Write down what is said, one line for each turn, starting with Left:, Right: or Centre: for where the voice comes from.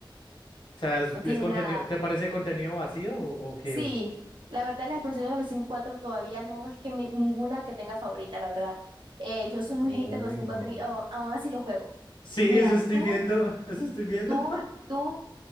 Left: O sea, es,
Right: no tiene
Left: es contenido,
Right: nada.
Left: ¿te parece contenido vacío o, o qué?
Right: Sí,
Left: o-
Right: la verdad las expansiones de los Sims 4 todavía no es que mi- ninguna que tenga favorita, la verdad. Eh, yo soy muy
Left: Uy,
Right: hater de los Sims
Left: no.
Right: 4 y aún aún así los juego.
Left: Sí,
Right: Mira,
Left: eso estoy
Right: tú,
Left: viendo, <laughs> eso estoy viendo.
Right: tú, tú